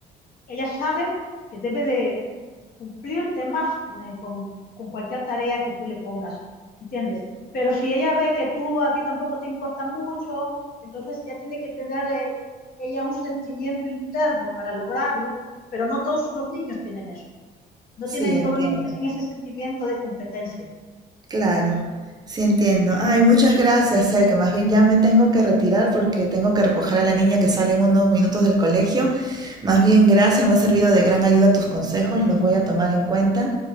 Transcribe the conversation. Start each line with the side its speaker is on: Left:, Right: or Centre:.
Left: ella sabe que debe de cumplir temas con, el- con, con cualquier tarea que tú le pongas, ¿entiendes? Pero si ella ve que tú a ti tampoco te importa mucho, entonces ya tiene que tener eh, ella un sentimiento interno para lograrlo, pero no todos los niños tienen eso. No
Right: Sí,
Left: tienen,
Right: entiendo.
Left: todos los niños tienen ese sentimiento de competencia.
Right: Claro, sí entiendo. Ay, muchas gracias, Ser, que más bien ya me tengo que retirar porque tengo que recoger a la niña que sale en unos minutos del colegio. Más bien, gracias, me ha servido de gran ayuda tus consejos, los voy a tomar en cuenta